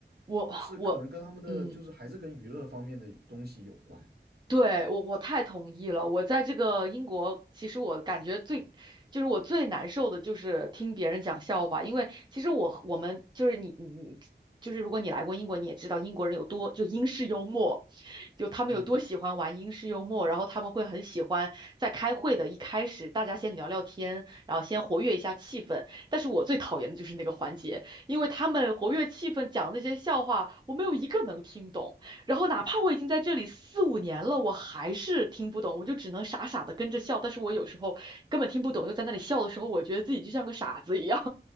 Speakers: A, on the right (about 25°); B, on the right (about 60°).
A: 我我，
B: 是可能跟他们的就是还是跟娱乐方面的东西有关。
A: 嗯。对，我我太同意了。我在这个英国，其实我感觉最，就是我最难受的就是听别人讲笑话，因为其实我我们就是你你你就是如果你来过英国，你也知道英国人有多就英式幽默，有他们有多喜欢玩英式幽默，
B: 嗯，
A: 然后他们会很喜欢在开会的一开始大家先聊聊天，然后先活跃一下气氛。但是我最讨厌的就是那个环节，因为他们活跃气氛讲的那些笑话，我没有一个能听懂。然后哪怕我已经在这里四五年了，我还是听不懂，我就只能傻傻的跟着笑。但是我有时候根本听不懂，又在那里笑的时候，我觉得自己就像个傻子一样。